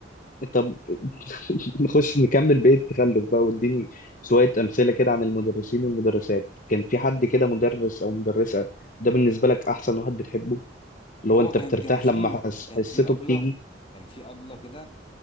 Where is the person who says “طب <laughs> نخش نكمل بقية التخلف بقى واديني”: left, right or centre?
Left